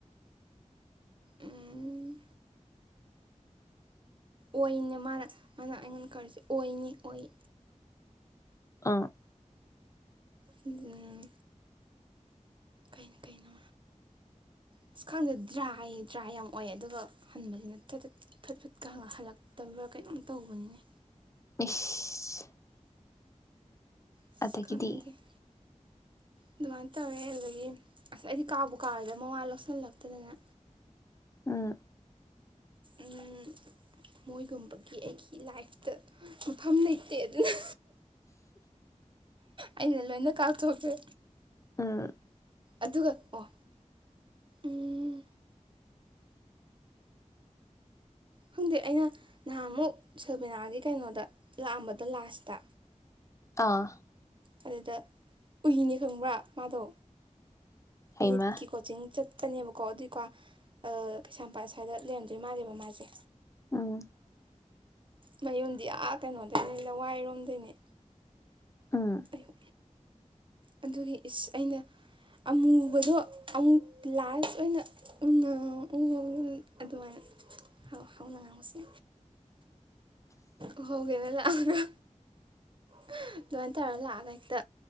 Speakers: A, on the right (about 40°); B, on the left (about 25°).
A: ꯎꯝ ꯑꯣꯏꯅꯦ ꯃꯥꯅ ꯃꯥꯅ ꯑꯩꯉꯣꯟ ꯀꯧꯔꯤꯁꯦ ꯑꯣꯏꯅꯤ ꯑꯣꯏ꯫
B: ꯑꯥ
A: ꯝꯝ ꯀꯩꯅꯣ-ꯀꯩꯅꯣ ꯑꯁ ꯈꯪꯡꯗꯦ ꯗ꯭ꯔꯥꯏ ꯗ꯭ꯔꯥꯏ ꯌꯥꯝ ꯑꯣꯏ ꯑꯗꯨꯒ ꯍꯟꯕꯁꯤꯅ ꯊꯠꯊꯠ ꯐꯠ ꯐꯠꯀ ꯍꯪꯑ ꯍꯜꯂꯛꯇꯕ꯭ꯔꯥ ꯀꯩꯅꯣꯝ ꯇꯧꯕꯅꯤꯅꯦ꯫
B: ꯏꯁ
A: ꯑꯁ
B: ꯑꯗꯒꯤꯗꯤ
A: ꯈꯪꯗꯦ ꯈꯪꯗꯦ ꯑꯗꯨꯃꯥꯏꯅ ꯇꯧꯋꯦ ꯑꯗꯨꯗꯒꯤ ꯑꯁ ꯑꯩꯗꯤ ꯀꯥꯎꯕꯨ ꯀꯥꯎꯔꯦꯗ ꯃꯃꯥ ꯂꫭꯁꯜꯂꯛꯇꯗꯅꯦ꯫
B: ꯎꯝ
A: ꯝꯝ ꯃꯣꯏꯒꯨꯝꯕꯒꯤ ꯑꯩꯒꯤ ꯂꯥꯏꯐꯇ ꯃꯐꯝ ꯂꯩꯇꯦ ꯑꯗꯨꯅ ꯑꯩꯅ ꯂꯣꯏꯅ ꯀꯥꯎꯊꯣꯛꯈ꯭ꯔꯦ
B: ꯎꯝ
A: ꯑꯗꯨꯒ ꯑꯣ ꯝꯝ ꯈꯪꯗꯦ ꯑꯩꯅ ꯅꯍꯥꯟꯃꯨꯛ ꯁꯜꯕꯤꯦꯅꯥꯒꯤ ꯀꯩꯅꯣꯗ ꯂꯥꯛꯑꯝꯕꯗꯣ ꯂꯥꯁꯇ
B: ꯑꯥ
A: ꯑꯗꯨꯗ ꯎꯏꯅꯦ ꯈꯪꯕ꯭ꯔꯥ ꯃꯥꯗꯣ꯫
B: ꯍꯩꯃ
A: ꯅꯤꯠꯀꯤ ꯀꯣꯆꯤꯡ ꯆꯠ ꯇꯅꯦꯕꯀꯣ ꯑꯗꯨꯏꯀꯣ ꯑꯑ ꯀꯩꯁꯥꯝꯄꯥꯠ ꯑꯁ꯭ꯋꯥꯏꯗ ꯂꯩꯔꯝꯗꯣꯏ ꯃꯥꯜꯂꯦꯕ ꯃꯥꯁꯦ
B: ꯍꯨꯝ
A: ꯃꯌꯨꯝꯗꯤ ꯑꯥ ꯀꯩꯅꯣꯗꯩꯅꯦ ꯂꯋꯥꯏꯔꯣꯝꯗꯩꯅꯦ
B: ꯎꯝ
A: ꯑꯌꯨ ꯑꯗꯨꯒꯤ ꯏꯁ ꯑꯩꯅ ꯑꯃꯨꯕꯗꯣ ꯑꯃꯨꯛ ꯂꯥꯁ ꯑꯣꯏꯅ ꯎꯟꯅꯍꯧ ꯎꯎ ꯑꯗꯨꯃꯥꯏꯅ ꯍꯧ ꯍꯧꯅ ꯉꯥꯡꯕꯁꯤ ꯎꯍꯧꯒꯦꯅ ꯂꯥꯛꯑꯒ ꯍꯍ ꯑꯗꯨꯃꯥꯏ ꯇꯧꯔꯥ ꯂꯥꯛꯑꯒ ꯑꯩ ꯍꯦꯛꯇ